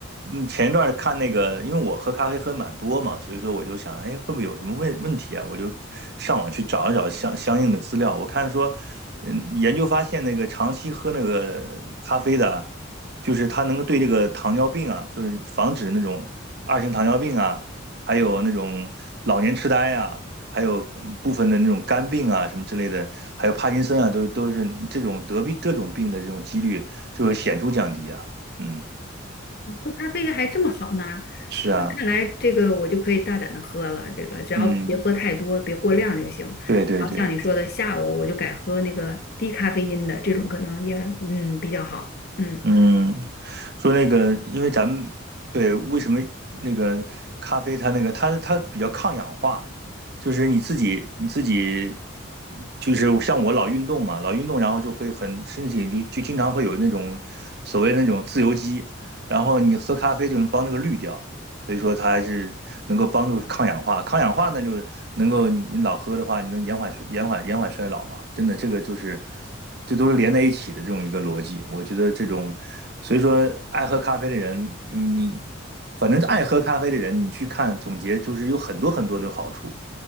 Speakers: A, on the right; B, on the left.
A: 嗯，前一段儿看那个，因为我喝咖啡喝蛮多嘛，所以说我就想，哎，会不会有什么问问题啊？我就上网去找一找相相应的资料。我看说，嗯，研究发现那个长期喝那个咖啡的啊，就是它能够对这个糖尿病啊，就是防止那种二型糖尿病啊，还有那种老年痴呆啊，还有嗯部分的那种肝病啊什么之类的，还有帕金森啊，都都是这种得病这种病的这种几率。就会显著降低啊。嗯，
B: 喝咖啡还这么好呢？
A: 是啊，
B: 那看来这个我就可以大胆的喝了，这个只要别喝太多，
A: 嗯，
B: 别过量就行。
A: 对对对，
B: 然后像你说的，下午我就改喝那个低咖啡因的，这种可能也嗯比较好。嗯。
A: 嗯，说那个，因为咱们对为什么那个咖啡它那个它它比较抗氧化，就是你自己你自己就是像我老运动嘛，老运动然后就会很身体就就经常会有那种所谓那种自由基，然后你喝咖啡就能帮那个滤掉。所以说它还是能够帮助抗氧化。抗氧化呢，就是能够你老喝的话，你能延缓延缓延缓衰老嘛？真的，这个就是这都是连在一起的这种一个逻辑。我觉得这种，所以说爱喝咖啡的人，你反正爱喝咖啡的人，你去看总结，就是有很多很多的好处。